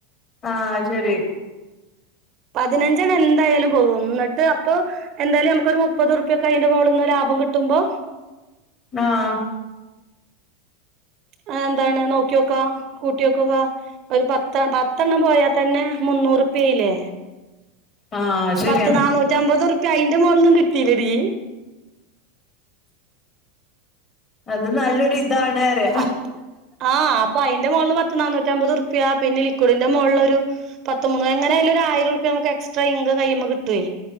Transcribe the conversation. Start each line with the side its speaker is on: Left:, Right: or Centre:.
Left: ആഹ് അത് ശരി
Right: പതിനഞ്ചണ്ണം എന്തായാലും പോകും എന്നിട്ട് അപ്പൊ. എന്തായാലും നമുക്കൊരു മുപ്പത്റുപ്യൊക്ക അതിന്റെ മുകളിൽ ഒന്ന് ലാഭം കിട്ടുമ്പം
Left: ആഹ്.
Right: മ് എന്താണ് നോക്കി നോക്കാ കൂട്ടി വെക്കുക. ഒരു പത്ത് പത്തെണ്ണം പോയത്തന്നെ മുന്നൂറുപ്യായില്ലേ.
Left: ആഹ് ശരിയാ
Right: പത്ത് നന്നൂറ്റി അമ്പത് റുപ്യ അയിന്റെ മുകളിൽന്നും കിട്ടിയില്ല ടീ.
Left: അത് നല്ലൊരു ഇതാണ്. അറിയ
Right: അ ആഹ് അപ്പൊ അതിന്റെ മുകള്ന് പത്ത് നാന്നൂറ്റി അമ്പത് ഉറുപ്യ പിന്നെ ലിക്ഡിന്റെ മുകളിലൊരു. പത്ത് മൂന്ന് എങ്ങനായാലും ഒരായിരം ഉറുപ്യ നമുക്ക് എക്സ്ട്രാ ഇൻകം കഴിയുമ്പോ കിട്ടുവേ.